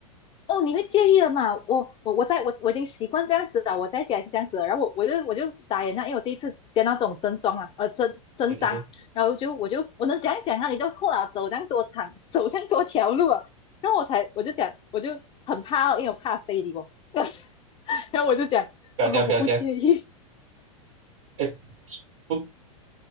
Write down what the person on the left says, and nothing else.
哦，你会介意了嘛？我我我在我我已经习惯这样子了，我在家也是这样子了，然后我我就我就傻眼了，因为我第一次见到这种真装啊，呃真真章，
然后我就我就我能讲讲啊，你都后啊走这样多长，走这样多条路啊，然后我才我就讲我就很怕哦因为我怕非礼我，<laughs> 然后我就讲哦我不介意，